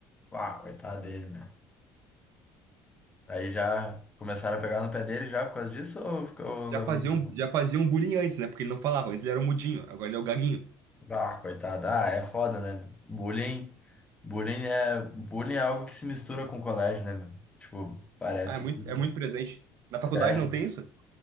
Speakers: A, on the left; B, on the right.
A: Ah, coitado dele, né? Aí já começaram a pegar no pé dele já por causa disso ou ficou
B: Já
A: levando?
B: fazia um, já fazia um bullying antes, né? Porque ele não falava, antes ele era o mudinho, agora ele é o gaguinho.
A: Ah, coitado. Ah, é foda, né, meu? Bullying, bullying é, bullying é algo que se mistura com o colégio, né, meu? Tipo, parece
B: Ah, é muito,
A: que...
B: é muito presente. Na faculdade
A: é.
B: não tem isso?